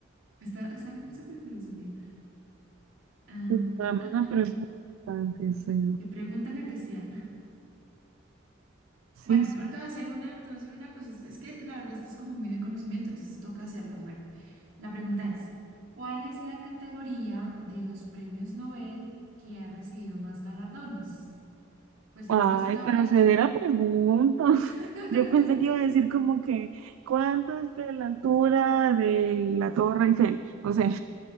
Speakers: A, on the right; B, on the right.
A: Está, salen muchas de filosofía. Ah,
B: Pues dame
A: ah, ah,
B: una
A: ah.
B: pregunta, aunque sea.
A: Que pregunta la que sea.
B: Sí,
A: Bueno,
B: sí.
A: ahorita voy a hacer una, te voy a hacer una, pues es, es que la verdad esto es como muy de conocimiento, entonces toca hacerlas. Bueno, la pregunta es, ¿cuál es la categoría de los premios Nobel que ha recibido más galardones? Pues en
B: Ay,
A: esta sí tomes,
B: pero se de la pregunta. <laughs>
A: <laughs>
B: Yo pensé que iba a decir como que, ¿cuánto es de la altura de la Torre Eiffel? No sé.